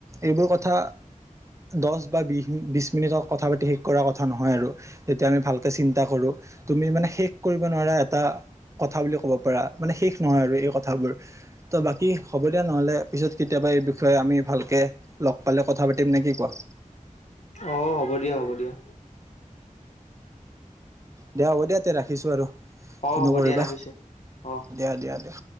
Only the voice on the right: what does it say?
এইবোৰ কথা দচ বা বি বিচ মিনিটত কথা পাতি শেষ কৰ কথা নহয়। আৰু তেতিয়া আমি ভালকে চিন্তা কৰো তুমি মানে শেষ কৰিব নোৱাৰা এটা। কথা বুলি ক'ব পৰা মানে শেষ নহয় আৰু এই কথাবোৰ তো বাকী হ'ব দিয়া নহ'লে। পিছত কেতিয়াবা এই বিষয়ে আমি ভালকে লগ পালে কথা পাতিম নে কি কোৱা।
দিয়া হ'ব দিয়া তে ৰাখিছো আৰু
কিনো
কৰিবা
দিয়া দিয়া দিয়া।